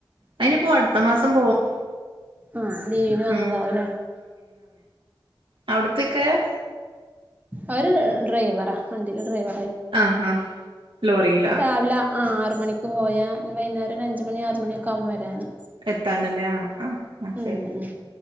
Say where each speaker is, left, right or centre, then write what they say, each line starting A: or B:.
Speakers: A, on the right; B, on the right.
A: അയ് ഇനിപ്പോവും അട്ത്ത മാസം പോവും
B: ആ ലീവിന് വന്നതാവൂലേ
A: ഉം അവിടത്തേക്കായാ
B: അവര് ഡ്രൈവറാ വണ്ടിയിലെ ഡ്രൈവർ
A: ആ ആ ലോറിയി
B: രാവില ആ ആറ് മണിക്ക് പോയാ വൈകുന്നേരം അഞ്ച് മണി ആറ് മണി ഒക്കൊവും വരാന്
A: എത്താനല്ലേ ആ ആഹ് ആ
B: ഉം
A: ശരി
B: ഉം